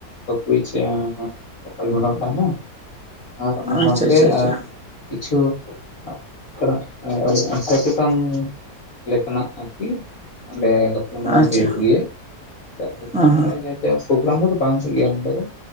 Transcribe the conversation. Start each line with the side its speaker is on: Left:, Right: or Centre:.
Left: <unintelligible> ᱜᱟᱯᱟᱞᱢᱟᱨᱟᱣ ᱛᱟᱦᱮᱱᱟ ᱟᱨ ᱚᱱᱟ ᱥᱟᱶᱛᱮ
Centre: ᱟᱪᱪᱷᱟ ᱟᱪᱪᱷᱟ
Left: ᱟᱸ
Centre: ᱟᱪᱪᱷᱟ
Left: ᱠᱤᱪᱷᱩ <unintelligible> ᱞᱮᱠᱟᱱᱟᱜ ᱟᱨᱠᱤ ᱚᱸᱰᱮ ᱜᱟᱯᱟᱞᱢᱟᱨᱟᱣ
Centre: ᱟᱪᱪᱷᱟ
Left: ᱦᱩᱭᱩᱜ ᱜᱮᱭᱟ <unintelligible>
Centre: ᱦᱚᱸ
Left: ᱛᱚ ᱯᱨᱳᱜᱨᱟᱢ ᱠᱚᱫᱚ ᱵᱟᱝ ᱦᱩᱭᱩᱜ ᱜᱮᱭᱟ ᱱᱚᱰᱮ ᱫᱚ,